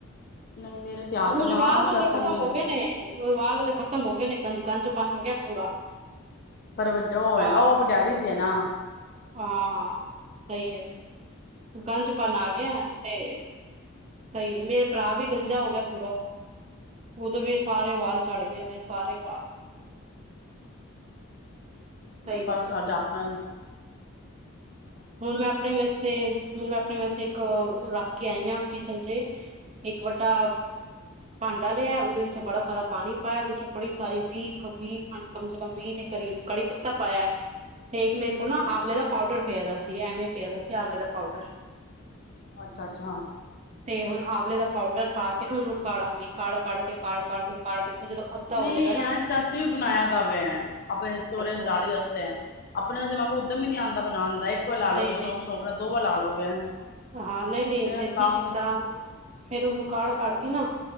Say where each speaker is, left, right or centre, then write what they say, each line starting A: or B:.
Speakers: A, on the left; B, on the right.
A: ਨਹੀਂ ਮੇਰੇ ਤੇ ਆ ਗਏ
B: ਓਝ
A: ਨੇ
B: ਵਾਲ
A: ਹਾਂ ਵੀ
B: ਤਾਂ
A: ਗੱਲ
B: ਓਦੇ
A: ਸਹੀ
B: ਖ਼ਤਮ ਹੋ ਗਏ ਨੇ ਵਾਲ ਓਦੇ ਖ਼ਤਮ ਹੋ ਗਏ ਨੇ। ਗੰ ਗੰਜਪਨ ਆ ਗਿਆ ਪੂਰਾ।
A: ਪਰ ਵਜਾ ਓ
B: ਹਾਂ
A: ਨਾ ਓ ਆਪ ਡੈਡੀ ਤੇ ਆ ਨਾ।
B: ਹਾਂ ਸਹੀ ਐ, ਗੰਜਪਨ ਆ ਗਿਆ ਤੇ ਸਹੀ ਏ, ਮੇਰਾ ਭਰਾ ਵੀ ਗੰਜਾ ਹੋ ਗਿਆ ਪੂਰਾ। ਓਦੇ ਵੀ ਸਾਰੇ ਵਾਲ ਚੜ ਗਏ ਨੇ ਸਾਰੇ ਵਾਲ। ਸਹੀ ਗੱਲ
A: ਬਸ ਸਾਡਾ
B: ਹੈ
A: ਆਪਣਾ ਈ
B: ਹੁਣ ਮੈਂ ਆਪਣੇ ਵਸਤੇ ਹੁਣ ਮੈਂ ਆਪਣੇ ਵਾਸਤੇ ਇੱਕ ਰੱਖ ਕੇ ਆਈ ਆ ਕਿਚਨ ਚੇ, ਇੱਕ ਵੱਡਾ ਭਾਂਡਾ ਲਿਆ ਓਦੇ ਵਿੱਚ ਬੜਾ ਸਾਰਾ ਪਾਣੀ ਪਾਇਆ, ਓਦੇ ਵਿੱਚ ਬੜੀ ਸਾਰੀ ਵੀਹ, ਵੀਹ ਕਮ ਸੇ ਕਮ ਵੀਹ ਦੇ ਕਰੀਬ ਕੜੀ-ਪੱਤਾ ਪਾਇਆ ਤੇ ਇੱਕ ਮੇ ਓ ਨਾ
A: ਅੱਛਾ
B: ਆਵਲੇ ਦਾ ਪਾਊਡਰ ਪਿਆ ਦਾ ਸੀ ਐਵੇਂ ਪਿਆ ਦਾ ਸੀ ਆਵਲੇ ਦਾ ਪਾਊਡਰ।
A: ਅੱਛਾ-ਅੱਛਾ।
B: ਤੇ ਹੁਣ ਆਵਲੇ ਦਾ ਪਾਊਡਰ ਪਾ ਕੇ ਨਾ ਓਨੂੰ ਕਾੜਾਂਗੀ ਕਾੜ-ਕਾੜ ਕੇ ਕਾੜ-ਕਾੜ ਕੇ ਕਾੜ-ਕਾੜ ਕੇ ਜਦੋਂ ਅੱਧਾ
A: ਨ‌ਈ
B: ਹੋ ਜਾਏਗਾ ਨਾ
A: ਐ ਤਾਂ ਅਸੀ ਵੀ ਬਣਾਇਆ ਦਾ ਵੇ ਆ, ਆਪਣੇ ਸੋਹੁਰੇ
B: ਅੱਛਾ
A: ਦਾੜੀ
B: ਅੱਛਾ
A: ਵਾਸਤੇ। ਅਪਨੇ ਵਸਤੇ ਮੰਨ ਲੋ ਉੱਦਮ ਈ ਨੀ ਆਂਦਾ ਬਨਾਨ ਦਾ। ਇੱਕ ਵਾਰ ਲਾ ਲੋਗੇ
B: ਨਹੀਂ ਨਹੀਂ
A: ਸ਼ੌਂਕ- ਸ਼ੌਂਕ ਨਾਲ, ਦੋ ਵਾਰ ਲਾ ਲੋਗੇ
B: ਹਾਂ ਨਈ-ਨਈ
A: ਮੇਰਾ
B: ਫੇਰ
A: ਤਾਂ
B: ਕੀ
A: ਕੰਮ
B: ਕੀਤਾ, ਫੇਰ ੳਨੂੰ ਕਾੜ ਕਾੜ ਕੇ ਨਾ